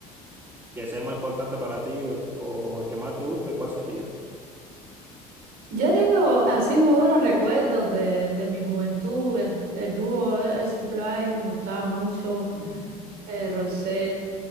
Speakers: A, on the right; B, on the right.
A: que sea más importante para ti o, o el que más te guste, ¿cuál sería?
B: yo tengo así muy buenos recuerdos de, de mi juventud. El, el dúo, eh, el Supply, me gustaba mucho.
A: Mm,
B: Eh, Rosette.